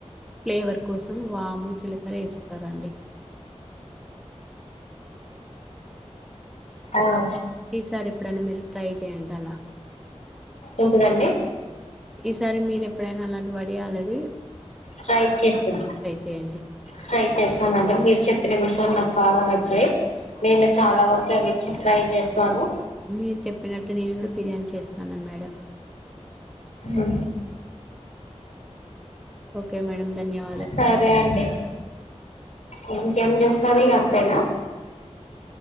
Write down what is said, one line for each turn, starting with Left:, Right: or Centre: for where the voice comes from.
Centre: ఫ్లేవర్ కోసం వాము జీలకర వేస్తారండి.
Left: ఆ
Centre: ఈసారి ఎప్పుడైనా మీరు ట్రై చేయండి అలా
Left: ఎంటి దండి
Centre: ఈసారి మీరు ఎప్పుడైనా అలాంటి వడియాలివి
Left: ట్రై చేస్తాను
Centre: చేయండి
Left: ట్రై చేస్తానండి మీరు చెప్పిన విషయంలో బాగ నచ్చయ్ నేను చాలా వరకు అవి ఇచ్చి ట్రై చేస్ సను
Centre: మీరు చెప్పినట్టు నేను కూడా బిర్యానీ చేస్తానన మేడం
Left: ఉ
Centre: ఓకే మేడ ధన్యవాద
Left: సరే అండి ఉ ఏం చేస్తది ఇ అం అంతెనా